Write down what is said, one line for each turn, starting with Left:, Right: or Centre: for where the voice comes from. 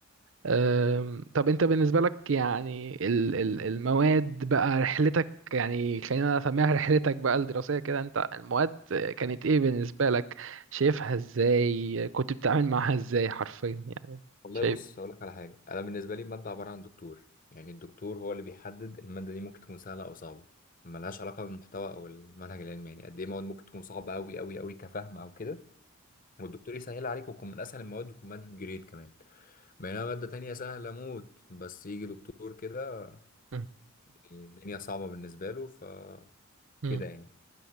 Right: أم، طب انت بالنسبه لك يعني ال- ال- المواد بقى رحلتك يعني خلينا نسميها رحلتك بقى الدراسيه كده انت المواد كانت ايه بالنسبه لك شايفها ازاي كنت بتتعامل معاها ازاي حرفيا يعني
Left: والله
Right: شايف
Left: بص هقول لك على حاجه انا بالنسبه لي الماده عباره عن دكتور يعني الدكتور هو اللي بيحدد الماده دي ممكن تكون سهله او صعبه ملهاش علاقه بالمحتوى او المنهج العلمي يعني قد ايه مواد ممكن تكون صعبه قوي قوي قوي كفهم او كده والدكتور يسهل عليك وتكون من اسهل المواد وتكون ماده جريد كمان بينما ماده تانية سهله موت بس يجي دكتور كده
Right: مم.
Left: يعني الدنيا صعبه بالنسبه له ف
Right: مم.
Left: كده يعني